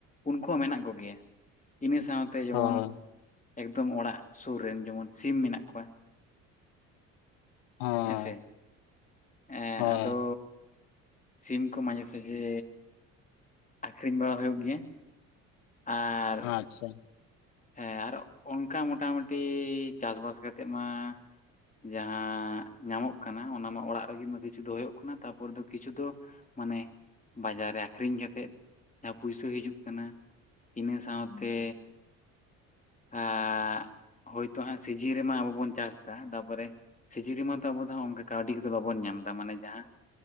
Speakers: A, on the left; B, on the left.
A: ᱩᱱᱠᱩ ᱦᱚᱸ ᱢᱮᱱᱟᱜ ᱠᱚ ᱜᱮᱭᱟ᱾ ᱤᱱᱟᱹ ᱥᱟᱶ ᱛᱮ ᱡᱮᱢᱚᱱ
B: ᱦᱳᱭ
A: ᱮᱠᱫᱚᱢ ᱚᱲᱟᱜ ᱥᱩᱨ ᱨᱮᱱ ᱡᱮᱢᱚᱱ ᱥᱤᱢ ᱢᱮᱱᱟᱜ ᱠᱚᱣᱟ᱾
B: ᱦᱳᱭ
A: ᱦᱮᱸᱥᱮ ᱮᱸ
B: ᱦᱳᱭ
A: ᱟᱫᱚ ᱥᱤᱢ ᱠᱚ ᱢᱟᱡᱷᱮ ᱥᱟᱡᱷᱮ ᱟᱠᱷᱨᱤᱧ ᱵᱟᱲᱟ ᱦᱩᱭᱳᱜ ᱜᱮᱭᱟ᱾ ᱟᱻ
B: ᱟᱪᱪᱷᱟ
A: ᱦᱮᱸ ᱟᱨ ᱚᱝᱠᱟ ᱢᱚᱴᱟᱢᱩᱴᱤ ᱪᱟᱥ ᱵᱟᱥ ᱠᱟ ᱠᱟᱛᱮᱜ ᱢᱟ ᱡᱟᱦᱟᱸ ᱧᱟᱢᱚᱜ ᱠᱟᱱᱟ ᱚᱱᱟᱢᱟ ᱚᱲᱟᱜ ᱨᱮᱜᱮ ᱢᱟ ᱠᱤᱪᱷᱩ ᱫᱚ ᱦᱩᱭᱩᱜ ᱠᱟᱱᱟ ᱛᱟᱨᱯᱚᱨ ᱫᱚ ᱠᱤᱪᱷᱩ ᱫᱚ ᱢᱟᱱᱮ ᱵᱟᱡᱟᱨ ᱨᱮ ᱟᱠᱷᱨᱤᱧ ᱠᱟᱛᱮᱜ ᱡᱟᱦᱟᱸ ᱯᱩᱭᱥᱟᱹ ᱦᱤᱡᱩᱜ ᱠᱟᱱᱟ ᱤᱱᱟᱹ ᱥᱟᱶᱛᱮ ᱟᱸᱻᱜ ᱦᱳᱭᱛᱳ ᱦᱟᱸᱜ ᱥᱤᱡᱤᱱ ᱨᱮᱢᱟ ᱟᱵᱚ ᱵᱚᱱ ᱪᱟᱥ ᱫᱟ ᱛᱟᱯᱚᱨᱮ ᱥᱤᱡᱤ ᱨᱮᱢᱟ ᱢᱟ ᱛᱚ ᱟᱵᱚ ᱫᱚ ᱦᱟᱸᱜ ᱚᱱᱠᱟ ᱠᱟᱹᱣᱰᱤ ᱠᱚᱫᱚ ᱵᱟᱵᱚᱱ ᱧᱟᱢ ᱫᱟ ᱢᱟᱱᱮ ᱡᱟᱦᱟᱸ